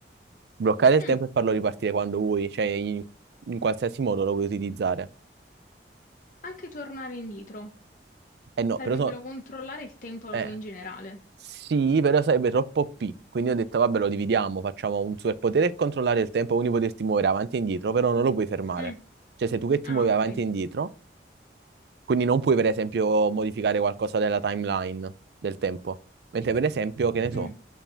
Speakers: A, on the right (about 65°); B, on the left (about 45°).
A: Bloccare il
B: Mm.
A: tempo e farlo ripartire quando vuoi, cioè in, in qualsiasi modo lo puoi utilizzare.
B: Anche tornare indietro.
A: Eh no,
B: Sarebbe
A: però so-
B: bello controllare il tempo
A: eh,
B: in generale.
A: sì, però sarebbe troppo OP. Quindi ho detto, vabbè, lo dividiamo, facciamo un superpotere e controllare il tempo, quindi poterti muovere avanti e indietro, però non lo puoi fermare.
B: Mm.
A: Cioè, sei tu che ti
B: Ah,
A: muovi
B: ok.
A: avanti e indietro Quindi non puoi, per esempio, modificare qualcosa della timeline del tempo. Mentre, per esempio, che ne so,
B: Mm.